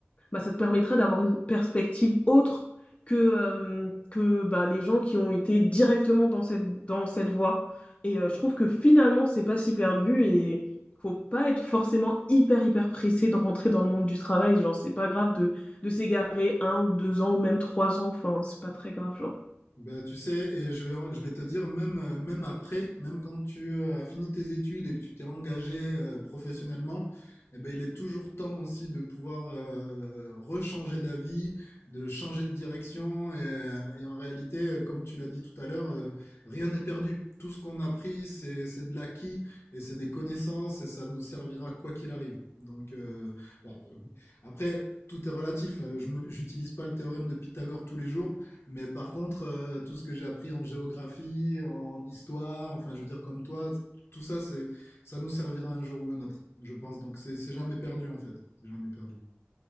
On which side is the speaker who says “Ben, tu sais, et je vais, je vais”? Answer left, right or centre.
Left